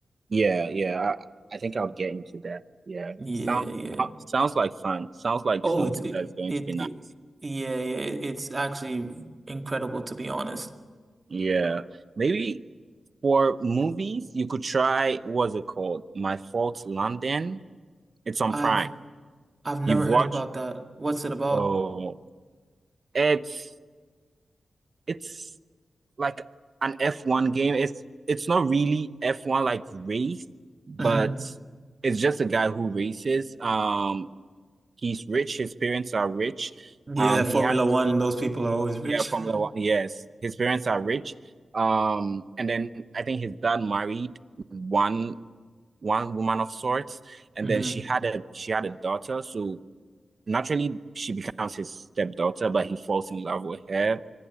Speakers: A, on the right; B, on the right.
A: Yeah, yeah. I, I think I'll get into that. Yeah.
B: Yeah,
A: Sound,
B: yeah.
A: uh, sounds like fun. Sounds like
B: Oh,
A: something
B: it's it,
A: that's going
B: it,
A: to be nice.
B: it yeah, yeah, it- it's actually incredible to be honest.
A: Yeah. Maybe for movies, you could try, what's it called? My Fault London. It's on
B: I've
A: Prime.
B: I've never
A: You've
B: heard
A: watched?
B: about that. What's it about?
A: Oh, it's it's like an F1 game. It's it's not really F1 like race, but
B: hmm
A: it's just a guy who races. Um, He's rich. His parents are rich.
B: Yeah,
A: Um, he
B: Formula
A: has,
B: One,
A: he,
B: those people are always
A: yeah,
B: rich.
A: Formula
B: <laughs>
A: One. Yes, his parents are rich. Um, and then I think his dad married one one woman of sorts, and
B: hmm
A: then she had a she had a daughter. So naturally, she becomes his stepdaughter, but he falls in love with her.